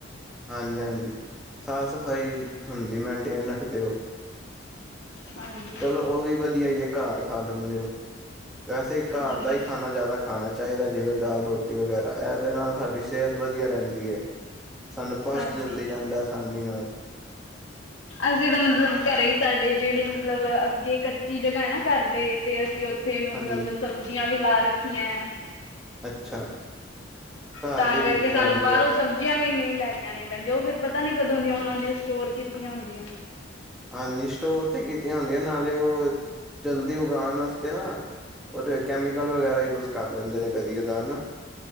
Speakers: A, in the centre; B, on the left (about 75°).
A: ਹਾਂਜੀ-ਹਾਂਜੀ, ਸਾਫ਼ ਸਫ਼ਾਈ ਹੁੰਦੀ ਮਨਟੇਨ ਰੱਖਦੇ ਓਂ।
B: ਹਾਂਜੀ,
A: ਚਲੋ ਓ ਵੀ ਵਦੀਆ ਈ ਐ ਘਰ ਖਾ ਲੈਂਨੇ ਓਂ, ਵੈਸੇ ਘਰ
B: ਹਾਂਜੀ,
A: ਦਾ ਈ ਖਾਨਾ ਜਾਦਾ ਖਾਨਾ ਚਾਈਦਾ ਜਿਵੇਂ ਦਾਲ ਰੋਟੀ ਵਗੈਰਾ ਏਦੇ ਨਾਲ ਸਾਡੀ ਸੇਤ ਵਦੀਆ ਰੈਂਦੀ ਐ। ਸਾਨੂੰ ਪਚ
B: ਹਾਂਜੀ।
A: ਜਲਦੀ ਜਾਂਦਾ ਆਸਾਨੀ ਨਾਲ।
B: ਅਸੀਂ ਤਾਂ ਮਤਲਬ ਘਰੇ ਈ ਸਾਡੇ ਜੇੜੇ ਮਤਲਬ ਅੱਗੇ ਕੱਚੀ ਜਗਾ ਐ ਨਾ ਘਰਦੇ ਤੇ ਅਸੀਂ ਓ ਓਥੇ ਮਤਲਬ
A: ਹਾਂਜੀ
B: ਸਬਜ਼ੀਆਂ ਵੀ ਲਾ ਰੱਖੀਐਂ।
A: ਅੱਛਾ। ਘਰ
B: ਤਾਂ
A: ਹੀ
B: ਕਰਕੇ
A: ਉਗਾਉਂਦੇ
B: ਸਾਨੂੰ ਬਾਰੋਂ
A: ਹੋ
B: ਸਬ ਜੀਆਂ ਵੀ ਨਈਂ ਲੈ ਕੇ ਆਣੀਆਂ ਪੈਂਦੀਆਂ, ਓ ਫਿਰ ਪਤਾ ਨੀ ਕਦੋਂ ਦੀਆਂ ਓਨਾਂ ਦੀਆਂ ਸਟੋਰ ਕੀਤੀਆਂ ਹੁੰਦੀਆਂ।
A: ਹਾਂਜੀ ਸਟੋਰ ਤੇ ਕੀਤੀਆਂ ਹੁੰਦੀਆਂ, ਨਾਲੇ ਓ ਜਲਦੀ ਉਗਾਣ ਵਾਸਤੇ ਨਾਂ ਓਦੇ ਕੈਮੀਕਲ ਵਗੈਰਾ ਯੂਜ਼ ਕਰ ਲੈਂਦੇ ਨੇਂ, ਕਦੀ-ਕਦਾਰ ਨਾਂ,